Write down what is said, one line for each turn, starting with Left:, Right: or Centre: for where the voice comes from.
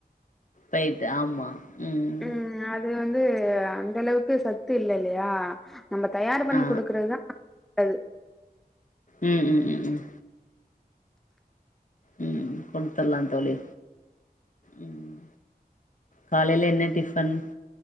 Left: போயட்டு ஆமா ம்
Centre: உம் அது வந்து வ அந்த அளவுக்கு சத்து இல்ல இல்லையா நம்ம தயார் பண்ணி
Left: ஆ
Centre: கொடுக்கறதுதான்து
Left: உம் உம் உம் உம் உம் கொண்டு தரலாம் த ஒளி உம் காலையில் என்ன டிபன்